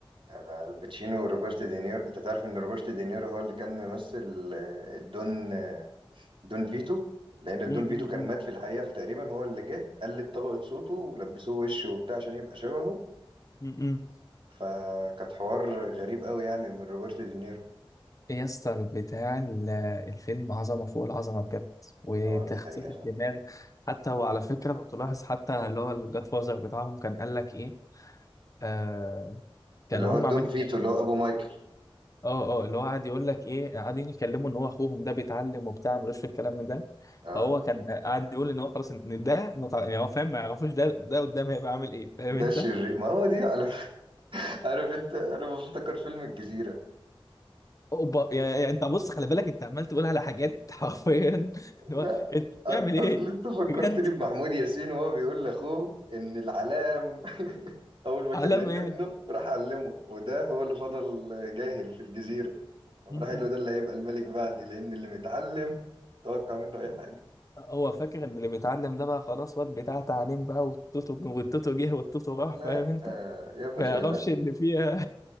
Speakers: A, on the right (about 65°); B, on the left (about 35°).
A: انا الباتشينو وروبرت دينيرو انت تعرف ان روبرت دينيرو هو اللي كان ممثل آه، الدون آه، دون فيتو لان
B: م-
A: دون
B: م-
A: فيتو كان مات في الحقيقه فتقريبا هو اللي جه قلد طبقه صوته ولبسوه وش وبتاع عشان يبقى شبهه
B: م- م- م.
A: فكانت حوار غريب قوي يعني من روبرت دينيرو
B: إيه يا اسطى بتاع ال- الفيلم عظمة فوق العظمة بجد وتخطيط
A: اه دي حقيقه فعلا
B: الدماغ حتى وعلى فكرة لو تلاحظ حتى اللي هو الجاد فازر بتاعهم كان قال لك إيه آه كان
A: اللي
B: هم
A: هو دون
B: عاملين
A: فيتو
B: يتكلموا
A: اللي هو ابو مايكل
B: اه اه اللي هو قاعد يقول لك إيه قاعدين يكلموا إن هو أخوهم ده بيتعلم وبتاع ملوش في الكلام من ده
A: اه
B: فهو كان قاعد يقول إن هو خلاص إن إن ده متع- يعني هو فاهم ما يعرفوش ده ده قدام هيبقى عامل إيه فاهم
A: ده
B: أنت؟
A: الشرير ما هو دي على <laughs> عارف انت انا بفتكر فيلم الجزيره
B: أوبا يا يا- أنت بص خلي بالك أنت عمال تقول على حاجات حرفيا <laughs>
A: لا
B: اللي هو أنت بتعمل
A: أ-
B: إيه؟
A: اصل انت فكرتني
B: بجد
A: بمحمود ياسين وهو بيقول لاخوه ان العلام <laughs> اول ما كان
B: علامة
A: لقينا
B: ايه
A: ابنه راح علمه وده هو اللي فضل جاهل في الجزيره قام
B: م-م.
A: راح قال له ده اللي هيبقى الملك بعدي لأن اللي متعلم توقع منه أي حاجة
B: هو فاكر ان اللي بيتعلم ده بقى خلاص واد بتاع تعليم بقى والتوتو والتوتو جه والتوتو راح
A: لا
B: فاهم انت
A: آه يا باشا
B: ما يعرفش
A: لا
B: اللي فيها